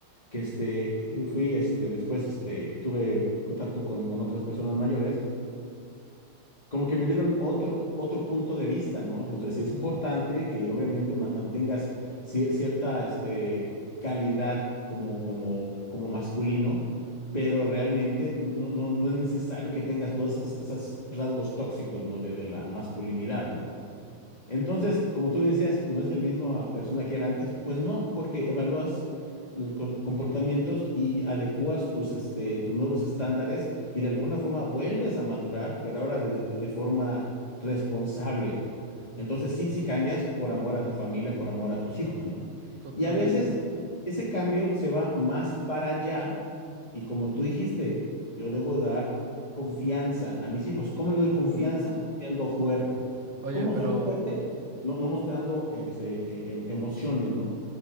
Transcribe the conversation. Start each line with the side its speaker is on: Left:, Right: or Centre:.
Left: que este, de- fui, este, después, este, tuve contacto con, con otras personas mayores, como que me dieron otro, otro punto de vista, ¿no? O sea, sí es importante que obviamente ma- mantengas cie- cierta, este, calidad como, como, como masculino, pero realmente no, no, no no es necesario que tengas todos esos, esos rasgos tóxicos, ¿no? De, de la masculinidad, ¿no? Entonces, como tú decías, no es el mismo persona que era antes, pues no, porque evalúas los con- comportamientos y adecuas tus, este, tus nuevos estándares y de alguna forma vuelves a madurar, pero ahora de, de- de forma responsable. Entonces, sí, sí cambias por amor a tu familia, por amor a tus hijos, ¿no?
Right: Totalmente.
Left: Y a veces ese cambio se va más para allá y como tú dijiste, yo debo dar confianza a mis hijos. ¿Cómo le doy confianza?
Right: Mm.
Left: Siendo fuerte.
Right: Oye,
Left: ¿Cómo
Right: pero
Left: soy fuerte? no, no mostrando eh, este, eh, emociones, ¿no?